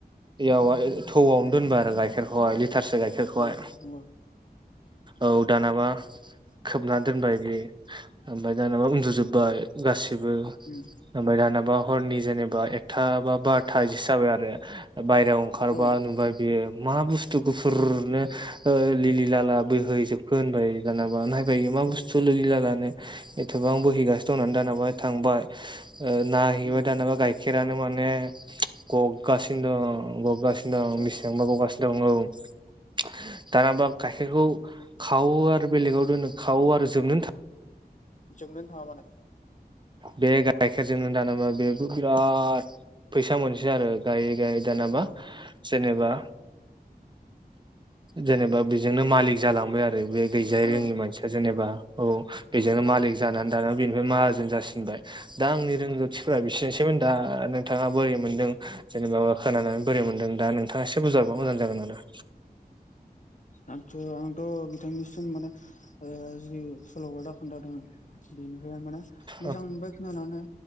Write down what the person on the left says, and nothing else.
औ
नंगौ उम।
औ
औ
उम
आदसा
जोबनोनो थाङा माने
औ
औ
आंथ' आंत' बिथांनिसिम माने ओ जि सल'बादा खोन्थादों बेनिफाय माने मोजां
मोनबाय खोनानो